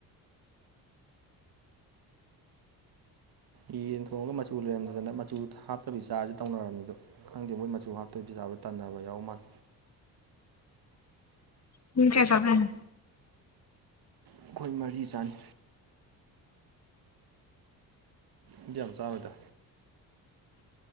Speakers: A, on the right; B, on the left.
A: ꯌꯦꯟ ꯊꯣꯡꯉꯒ ꯃꯆꯨ ꯂꯩꯔꯝꯗꯗꯅ ꯃꯆꯨ ꯍꯥꯞꯇꯕꯤ ꯆꯥꯔꯁꯤ ꯇꯧꯅꯔꯕꯅꯤꯗꯨ ꯈꯪꯗꯦ ꯃꯣꯏ ꯃꯆꯨ ꯍꯥꯞꯇꯕꯤ ꯆꯥꯕ ꯇꯟꯅꯕ ꯌꯥꯎꯃꯜꯂꯦ
B: ꯃꯤ ꯀꯌꯥ ꯆꯗꯣꯏꯅꯣ
A: ꯑꯩꯈꯣꯏ ꯃꯔꯤ ꯆꯥꯅꯤ ꯑꯩꯗꯤ ꯌꯥꯝ ꯆꯔꯣꯏꯗ